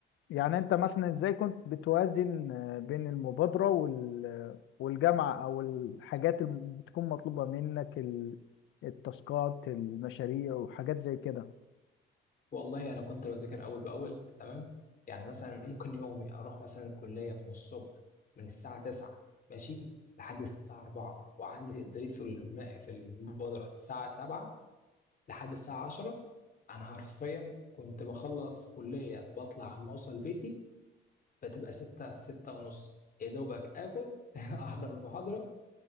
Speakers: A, on the left; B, on the left.
A: انت مثلا ازاي كنت بتوازن آه، بين المبادرة وال... والجامعة او الحاجات اللي بتكون مطلوبة منك ال- التاسكات المشاريع وحاجات زي كده
B: والله انا كنت بذاكر اول باول تمام يعني مثلا ممكن يومي اروح مثلا الكليه من الصبح من الساعه 9 ماشي لحد الساعه 4 وعندي تدريب في الم- في المبادره الساعه 7 لحد الساعه 10 انا حرفيا كنت بخلص كليه بطلع عم اوصل بيتي بتبقى 6 6 ونص يا دوبك اكل <laughs> احضر المحاضره